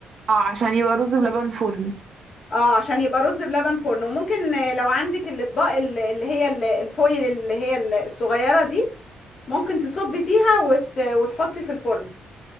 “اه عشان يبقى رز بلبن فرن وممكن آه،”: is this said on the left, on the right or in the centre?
Left